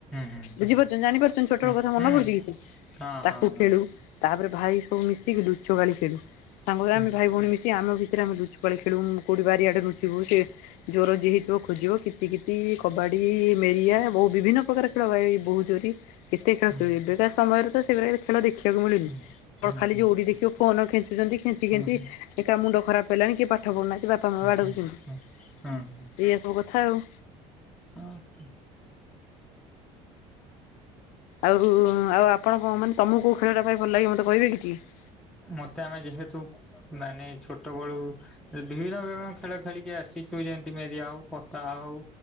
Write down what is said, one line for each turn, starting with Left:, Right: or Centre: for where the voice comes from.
Centre: ହୁଁ
Left: ବୁଝିପାରୁଚନ୍ତି ଜାଣିପାରୁଚନ୍ତି ଛୋଟବେଳ
Centre: ହୁଁ
Left: କଥା
Centre: ହୁଁ
Left: ମନ ପଡୁଛି କିଛି।
Centre: ହଁ
Left: ତାକୁ
Centre: ହଁ
Left: ଖେଳୁ
Centre: ହଁ।
Left: ତାପରେ ଭାଇ ସବୁ ମିଶିକି ଲୁଚକାଳି ଖେଳୁ ସାଙ୍ଗ ହେଇ
Centre: ହୁଁ
Left: ଆମେ ଭାଇ ଭଉଣୀ ମିଶି ଆମ ଭିତରେ ଆମେ ଲୁଚୁ। କାଳି ଖେଳୁ କୋଉଠି ବାରିଆଡେ ଲୁଚିବୁ ସେ ଜୋର ଯିଏ ହେଇଥିବ ଖୋଜିବ କିତି କିତି କ କବାଡ଼ି ମେରିଆ ବହୁ ବିଭିନ୍ନ ପ୍ରକାର ଖେଳ ଭାଇ ବୋହୁ ଚୋରି କେତେ ଖେଳ
Centre: ହୁଁ
Left: ଖେଳୁ ‌ଏବେକା। ସମୟରେ ତ ସେଗୁରା ଖେଳ ଦେଖିବାକୁ ମିଳୁନି
Centre: ହୁଁ। ହୁଁ
Left: ଖାଲି
Centre: ହୁଁ
Left: ଯୋଉଠି ଦେଖିବ ଫୋନ ଖେଞ୍ଚୁଛନ୍ତି ଖେଞ୍ଚି ଖେଞ୍ଚି।
Centre: ହୁଁ ହୁଁ
Left: ଏ କା ମୁଣ୍ଡ ଖରାପ ହେଲାଣି କି ପାଠ ପଢୁନାନ୍ତି ବାପା ମା ବାଡଉଚନ୍ତି
Centre: ହୁଁ ହୁଁ ହୁଁ ହୁଁ ହୁଁ
Left: ଏଇଆ ସବୁ କଥା ଆଉ।
Centre: ଅ ହଁ।
Left: ଆଉ ଆଉ ଆପଣ କଁ ମାନେ ତମକୁ କୋଉ ଖେଳଟା ଭାଇ ଭଲ ଲାଗେ ମୋତେ କହିବେ କି ଟିକେ।
Centre: ମତେ ଆମେ ଯେହେତୁ ମାନେ ଛୋଟବେଳୁ। ବିଭିନ୍ନ ଜନକ ଖେଳ ଖେଳିକି ଆସିଛୁ ଯେମିତି ମେରିଆ ହଉ ପତା ହଉ।